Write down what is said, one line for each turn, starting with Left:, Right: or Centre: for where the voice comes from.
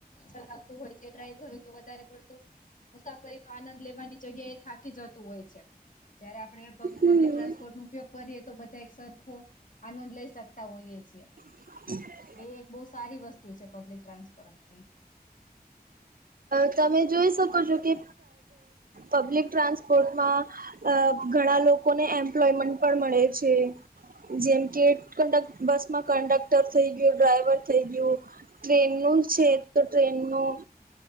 Left: ચલાવતું હોય છે ડ્રાઈવર હોય તો વધારે પડતું મુસાફરી નો આનંદ લેવાની જગ્યા એ થાકી જતું હોય છે. જયારે આપડે
Right: હમ
Left: પબ્લિક ટ્રાન્સપોર્ટ નો ઉપયોગ કરીએ તો બધા એક સરખો આનંદ લઈ શકતા હોઈએ છીએ.
Right: <unintelligible>
Left: એ એક બહુ સારી વસ્તુ છે પબ્લિક ટ્રાન્સપોરન્ટની.
Right: તમે જોઈ શકો છો કે પબ્લિક ટ્રાન્સપોર્ટમાં અ ઘણા લોકોને એમ્પ્લોયમેન્ટ પણ મળે છે. જેમ કે કંડક બસમાં કંડક્ટર થઈ ગયું, ડ્રાઈવર થઈ ગયું ટ્રેનનું છે તો ટ્રેનનું